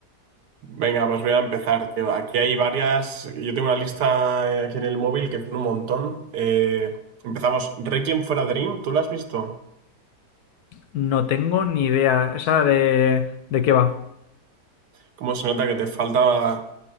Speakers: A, on the right; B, on the left.
A: Venga, pues voy a empezar, tío. Aquí hay varias, yo tengo una lista eh, aquí en el móvil que son un montón. Eh, empezamos, Requiem for a Dream, ¿tú la has visto?
B: No tengo ni idea, esa de, de qué va.
A: Cómo se nota que te falta